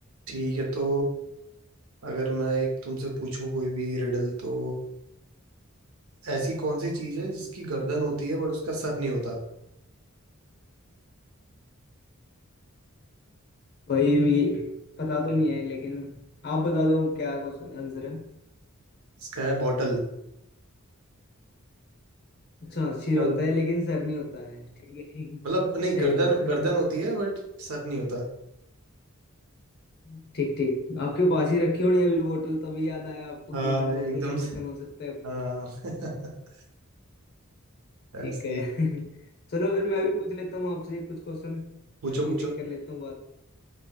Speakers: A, on the right (about 70°); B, on the left (about 50°).
A: ठीक है तो अगर मैं एक तुमसे पूछूं कोई भी रिडल तो ऐसी कौन सी चीज है जिसकी गर्दन होती है बट उसका सर नहीं होता
B: भाई ये पता तो नहीं है लेकिन आप बता दो क्या क्वेश्चन आंसर है
A: इसका है बॉटल
B: अच्छा
A: बॉटल
B: सिर होता है लेकिन सर नहीं होता है ठीक है ठीक
A: मतलब नहीं
B: सही
A: गर्दन
B: बात
A: गर्दन होती है बट सर नहीं होता
B: <laughs> ठीक ठीक आपके पास ही रखी होनी अभी बोतल तभी याद आया आपको
A: हाँ
B: कि हाँ बोतल
A: एकदम
B: का क्वेश्चन
A: से।
B: हो सकता है कुछ।
A: हाँ <laughs> ऐसे
B: ठीक है
A: ही
B: <laughs> चलो फिर मैं भी पूछ लेता हूँ आपसे कुछ क्वेश्चन
A: पूछो
B: मैं भी
A: पूछो
B: देख कर लेता हूँ बात